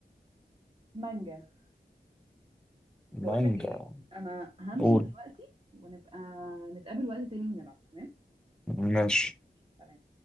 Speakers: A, on the right; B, in the centre.
A: مانجا
B: مانجا
A: بقول لك ايه انا همشي
B: قول
A: دلوقتي ونبقى نتقابل وقت تاني ونلعب تمام
B: ماشي
A: سلام